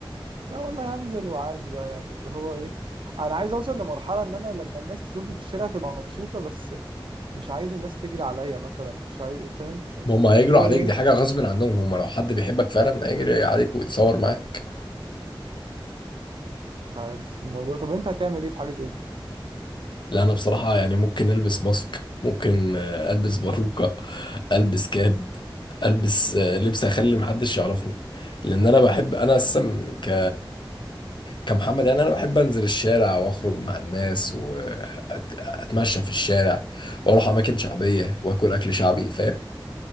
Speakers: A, on the right (about 70°); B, on the left (about 60°).
A: لا والله هنزل وعادي بقى يعني اللي هو ايه انا عايز اوصل لمرحله ان انا لما الناس تشوفني في الشارع تبقى مبسوطه بس مش عايز الناس تجري عليا مثلا مش عايز فاهم يعني
B: ما هم هيجروا
A: اللي هو
B: عليك
A: ايه
B: دي حاجة غصب عنهم هم لو حد بيحبك فعلا هيجري عليك ويتصور معاك
A: مش عارف الموضوع طب انت هتعمل ايه في حاجه زي دي
B: لا انا بصراحة يعني ممكن البس ماسك ممكن آه، البس باروكة البس كاب البس آه، لبس اخلي محدش يعرفني لان انا بحب انا اصلا ك كمحمد يعني انا بحب انزل الشارع واخرج مع الناس واتمشى في الشارع واروح اماكن شعبيه واكل اكل شعبي فاهم